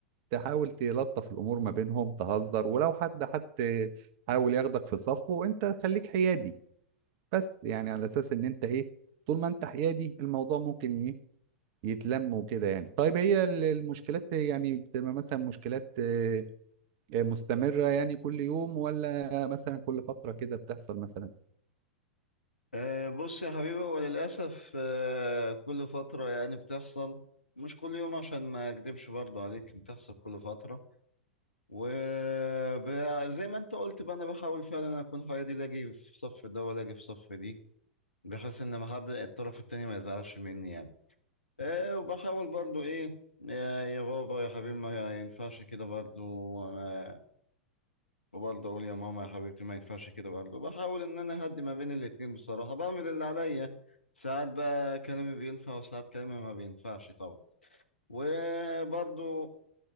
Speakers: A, on the right (about 45°); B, on the left (about 80°).
A: تحاول تلطف الامور ما بينهم تهزر ولو حد حد حاول ياخدك في صفه وانت خليك حيادي بس يعني على اساس ان انت ايه طول ما انت حيادي الموضوع ممكن ايه يتلم وكده يعني طيب هي ال- المشكلات يعني بتبقى مثلا مشكلات آه، مستمرة يعني كل يوم ولا مثلا كل فترة كده بتحصل مثلا
B: آه، بص يا حبيبي هو للاسف آه، كل فتره يعني بتحصل مش كل يوم عشان ما اكدبش برضو عليك بتحصل كل فتره وزي ما انت قلت بقى انا بحاول فعلا اكون حيادي لا اجي في صف ده ولا اجي في صف دي بحيث ان ما حد الطرف التاني ما يزعلش مني يعني إيه وبحاول برضو ايه يا يا بابا يا حبيبي ما ينفعش كده برضو آه، وبرضو اقول يا ماما يا حبيبتي ما ينفعش كده برضو بحاول ان انا اهدي ما بين الاتنين بصراحة بعمل اللي عليا ساعات بقى كلامي بينفع وساعات كلامي ما بينفعش طبعا وبرضو